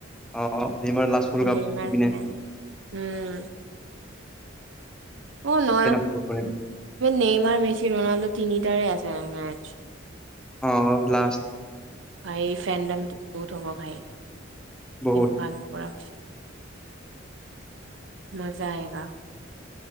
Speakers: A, in the centre; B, on the right.
A: অহ অ নিম লাষ্ট ফুল কাপ
B: নেমাৰ
A: এই পিনো-
B: ফেন উম অ ন ইমান
A: চাপৰ্ট কৰিম
B: নেইমাৰ মেচি ৰোনাল্ডো তিনিটাৰে আছে মেৰ্চ
A: অ লাষ্ট
B: ভাই ফেণ্ডামটো বহুত হব ভাই
A: বহুত
B: ভাল কৰা মজা আয়গা।